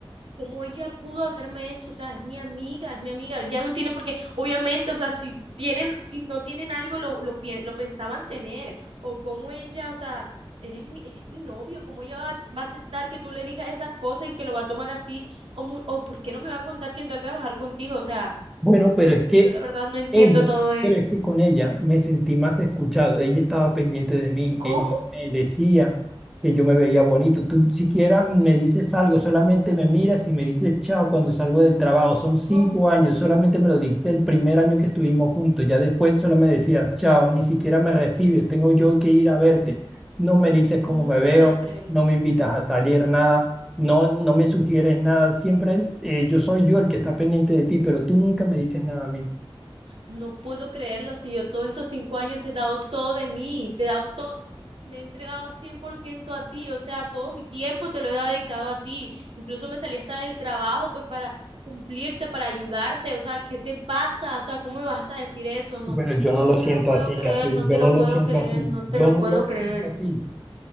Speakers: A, on the right (about 70°); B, in the centre.
A: ¿cómo ella pudo hacerme esto? O sea, es mi amiga, es mi amiga, ya no tiene por qué, obviamente, o sea, si tienen, si no tienen algo, lo, lo, pi- lo pensaban tener, o cómo ella, o sea, eres mi, eres mi novio, cómo ella va, va a aceptar que tú le digas esas cosas y que lo va a tomar así, o, mu- o por qué no me va a contar que entró a trabajar contigo, o sea,
B: Bueno, pero
A: no,
B: es que
A: yo la verdad no entiendo
B: Ella,
A: todo esto.
B: pero es que con ella me sentí más escuchado. Ella estaba pendiente de mí,
A: ¿Cómo?
B: ella me decía que yo me veía bonito. Tú siquiera me dices algo, solamente me miras y me dices chao cuando salgo del trabajo. Son cinco
A: ¿Cómo?
B: años, solamente me lo dijiste el primer año que estuvimos juntos. Ya después solo me decías chao, ni siquiera me recibes, tengo yo que ir a verte. No me dices cómo
A: No
B: me
A: puedo
B: veo,
A: creerlo.
B: no me invitas a salir, nada. No, no me sugieres nada. Siempre eh, yo soy yo el que está pendiente de ti, pero tú nunca me dices nada a mí.
A: No puedo creerlo, si yo todos estos cinco años te he dado todo de mí, te he dado todo, me he entregado 100% a ti, o sea, todo mi tiempo te lo he dedicado a ti, incluso me salí hasta del trabajo pues para cumplirte, para ayudarte, o sea, ¿qué te pasa? O sea, ¿cómo me vas a decir eso? No,
B: Pero yo
A: no,
B: no lo
A: no
B: siento
A: te lo puedo
B: así,
A: creer,
B: Katy,
A: no
B: yo
A: te lo
B: no lo
A: puedo
B: siento
A: creer,
B: así,
A: no te
B: yo
A: lo
B: no
A: puedo
B: lo
A: creer,
B: siento así.